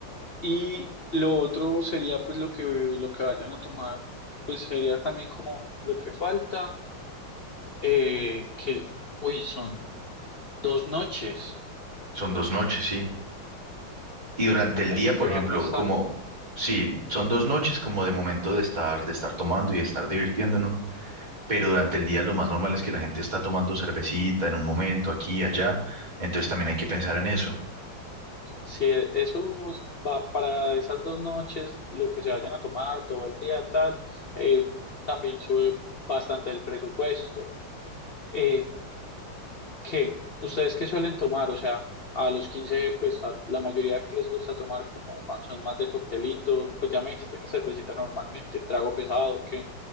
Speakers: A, on the left (about 75°); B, on the right (about 20°).
A: Y lo otro sería pues lo que, lo que vayan a tomar, pues sería también como lo que falta, eh, que, uy, son dos noches,
B: Son dos noches, ¿sí? Y durante el
A: hay
B: día,
A: que
B: por
A: llevar
B: ejemplo,
A: bastante,
B: como, sí, son dos noches como de momento de estar, de estar tomando y de estar divirtiéndonos, pero durante el día lo más normal es que la gente está tomando cervecita en un momento, aquí y allá, entonces también
A: ¿no?
B: hay que pensar en eso.
A: Si e- eso va para esas dos noches, lo que se vayan a tomar todo el día, tal, eh, también sube bastante el presupuesto. Eh, ¿Qué? ¿Ustedes qué suelen tomar? O sea, a los 15 pues a la mayoría que les gusta tomar como más- son más de coctelitos, pues ya me dijiste que cervecita normalmente, trago pesado, que